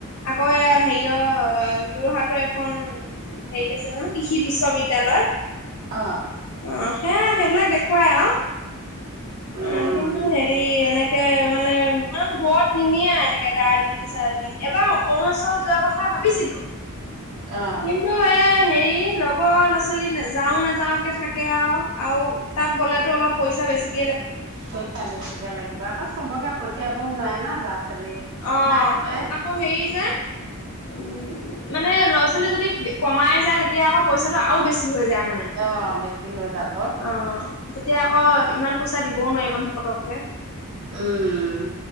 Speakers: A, on the left; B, on the right.
A: আকৌ এ
B: উম,
A: হেৰি অ যোৰহাটৰ এখন হেৰি আছে নহয় কৃষি বিশ্ব বিদ্যালয়
B: অ
A: অ সে সেইবিলাক দেখুৱাই আৰু
B: উম,
A: অ কিন্তু হেৰি এনে মানে ইমান দূৰত নিনিয়ে এনেকে দাৰ্জিলিং চাৰ্জিলিং এবাৰ অৰুণাচল যোৱাৰ কথা ভাবিছিলো
B: অ',
A: কিন্তু এই সেই লগ ৰ ল'ৰা ছোৱালী নেযাও নেযাও কে থাকে আৰু আৰু তাত গলেতো অলপ পইচা বেছিক
B: পইচা বেছিকে লাগিব আ কচোন চবকে পঠিয়াবও নোৱাৰে ন ল'ৰা ছোৱালী
A: অ
B: মাকহঁতে
A: আকৌ হেৰি যে উম মানে ল'ৰা ছোৱালী যদি কমাই যায় তেতিয়া আকৌ পইচাটো আৰু বেছি হৈ যায় মানে
B: অ' বেছি হৈ যাব।
A: অ তেতিয়া আকৌ ইমান পইচা দিবও নোৱাৰিবন্হাপতক ক
B: উম